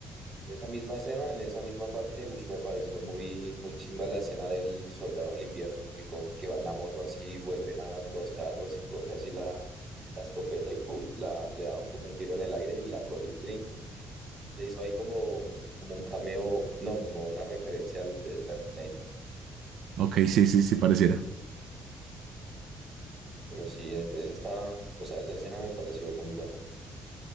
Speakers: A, on the right; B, on the right.
A: Esa misma escena, en esa misma parte, ush, me pareció muy, muy chimba la escena del soldado del invierno que coge, que va en la moto así, vuelven a los carros y coge así la, la escopeta y ¡fuf! la, le da como un giro en el aire y la cogí trin. Le hizo ahí como, como un cameo, no, como una referencia al del Terminator.
B: Ok, sí, sí, sí, pareciera.
A: Pero sí, e-, es- esa está, o sea, esa escena me pareció muy buena.